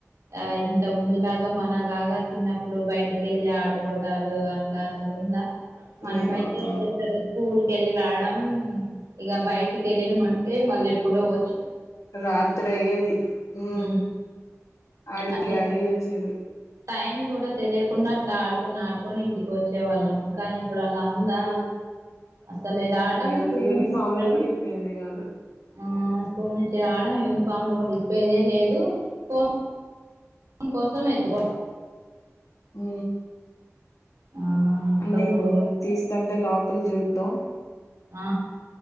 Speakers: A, on the right; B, on the left.
A: ఆ ఇంత ముందులాగా మనలాగా చిన్నప్పుడు బయటికి వెళ్ళి ఆడుకోవటాలు అట్లా ఉందా మన
B: లేవు
A: అయితే
B: అక్క
A: స్కూల్ కెళ్ళి రాడం ఇగ బయటికి వెళ్ళినం అంటే మళ్ళీ ఎప్పుడో వ
B: రాత్రి అయ్యేది ఉ
A: ఉమ్
B: ఆడి
A: అట్లా
B: ఆడి వచ్చేది
A: టైం కూడా తెలియకుండా అట్లా ఆడుకొని ఆడుకొని ఇంటికి వచ్చేవాళ్ళం కానీ ఇప్పుడు అలా ఉందా
B: యు
A: అసలు రాటం
B: లేదక్క
A: స్కూల్
B: యూనిఫామ్లు
A: నుండి రాడం
B: కూడా ఇప్పేది కాదు
A: ఆ స్కూల్ నుంచి రావడం యూనిఫామ్లు కూడా ఇప్పేదే లేదు ఫోన్ న్ కోసం ఎత్తుకో
B: ఊ
A: ఆ అంత
B: అన్ని
A: ఘోరం
B: తీస్తంటే లాకులు చూడ్డం
A: ఆ